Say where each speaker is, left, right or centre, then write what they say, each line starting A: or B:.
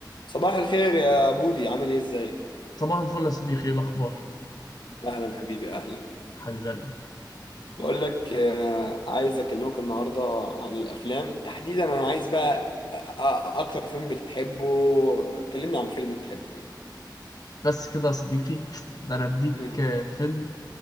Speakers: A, on the left (about 80°); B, on the left (about 55°).
A: صباح الخير يا بودي عامل ايه ازيك
B: صباح الفل يا صديقي ايه الاخبار
A: اهلا حبيبي اهلا
B: حبيب قلبي
A: بقول لك آه، عايز اكلمك النهارده عن الافلام تحديدا انا عايز بقى أ- أ- اكتر فيلم بتحبه كلمني عن فيلم بتحبه كده
B: بس كده يا صديقي ده انا اديك
A: مم.
B: آه،
A: <laughs>
B: فيلم